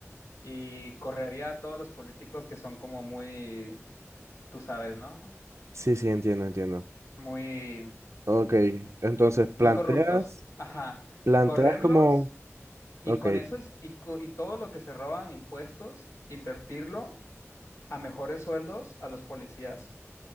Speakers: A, on the left (about 75°); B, on the right (about 65°).
A: y correría a todos los políticos que son como muy, tú sabes, ¿no?
B: Sí, sí, entiendo, entiendo.
A: Muy,
B: Ok, entonces planteas,
A: muy corruptos. Ajá.
B: planteas
A: Correrlos
B: como...
A: y
B: Ok.
A: con eso es- y, co- y todo lo que se roban impuestos, invertirlo a mejores sueldos a los policías.